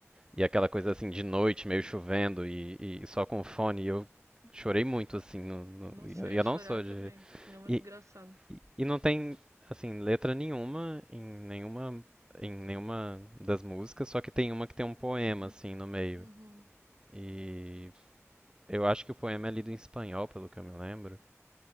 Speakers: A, on the right (about 15°); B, on the right (about 80°).
A: E aquela coisa assim de noite, meio chovendo e, e só com fone. E eu chorei muito, assim. No, no-
B: Nossa,
A: e eu,
B: eu
A: eu
B: ia chorar
A: não sou
B: também,
A: de.
B: que não é uma
A: E,
B: desgraçada.
A: e- e não tem, assim, letra nenhuma em nenhuma, em nenhuma das músicas, só que tem uma que tem um poema,
B: Uhum.
A: assim, no meio.
B: Uhum.
A: E eu acho que o poema é lido em espanhol, pelo que eu me lembro.